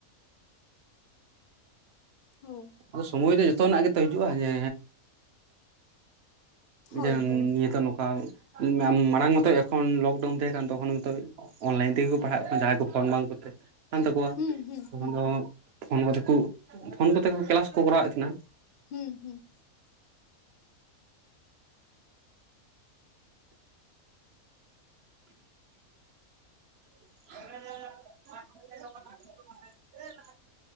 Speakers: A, on the left; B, on the right.
A: ᱦᱳᱭ
B: ᱟᱫᱚ ᱥᱚᱢᱚᱭ ᱫᱚ ᱡᱷᱚᱛᱚ ᱱᱟᱜ ᱜᱮᱛᱚ ᱦᱤᱡᱩᱜᱼᱟ ᱡᱮ
A: ᱦᱳᱭ
B: ᱡᱮ
A: ᱦᱳᱭ
B: ᱱᱤᱭᱟᱹ ᱛᱚ ᱱᱚᱠᱟ ᱢᱟ ᱢᱟᱲᱟᱝ ᱢᱟᱛᱚ ᱮᱠᱷᱚᱱ ᱞᱚᱠᱰᱟᱣᱩᱱ ᱛᱟᱦᱮᱸ ᱠᱟᱱ ᱛᱚᱠᱷᱚᱱ ᱢᱟᱛᱚ ᱚᱱᱞᱟᱭᱤᱱ ᱛᱮᱜᱮ ᱠᱚ ᱯᱟᱲᱦᱟᱜ ᱠᱟᱱᱟ ᱡᱟᱦᱟᱸᱭ ᱠᱚ ᱯᱷᱳᱱ ᱵᱟᱝ ᱠᱚ ᱛᱟᱦᱮ ᱠᱟᱱ ᱛᱟᱠᱚᱣᱟ᱾
A: ᱦᱩᱸ ᱦᱩᱸ
B: ᱛᱚᱠᱷᱚᱱ
A: ᱦᱩᱸ
B: ᱫᱚ ᱯᱷᱳᱱ ᱠᱚᱛᱮ ᱠᱚ ᱯᱷᱳᱱ ᱠᱚᱛᱮ ᱠᱚ ᱠᱮᱞᱟᱥ ᱠᱚ ᱠᱚᱨᱟᱣᱮᱜ ᱛᱟᱦᱮᱸᱱᱟ᱾
A: ᱦᱩᱸ ᱦᱩᱸ,
B: <unintelligible>